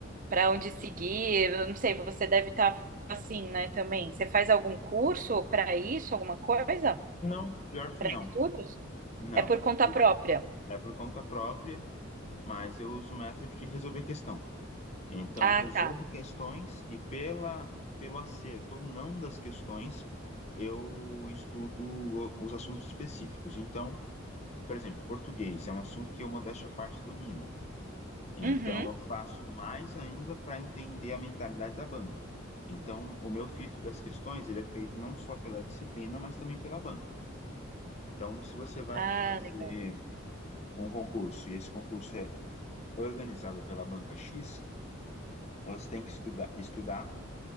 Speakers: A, on the right (about 40°); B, on the left (about 35°).
A: para onde seguir. Eu não sei, você deve estar assim, né? Também. Você faz algum curso para isso, alguma coisa?
B: Não, pior que
A: Para
B: não.
A: estudos?
B: Não.
A: É por conta
B: O-
A: própria.
B: É por conta própria, mas eu uso o método de resolver questão. Então,
A: Ah,
B: resolvo
A: tá.
B: questões e pela, pelo acerto ou não das questões, eu estudo os assuntos específicos. Então, por exemplo, português é um assunto que eu, modéstia à parte, domino. Então,
A: Uhum.
B: eu faço mais ainda para entender a mentalidade da banca. Então, o meu filtro das questões, ele é feito não só pela disciplina, mas também pela banca. Então, se você vai
A: Ah,
B: fazer
A: legal.
B: um concurso e esse concurso é organizado pela banca X, você tem que escuda- estudar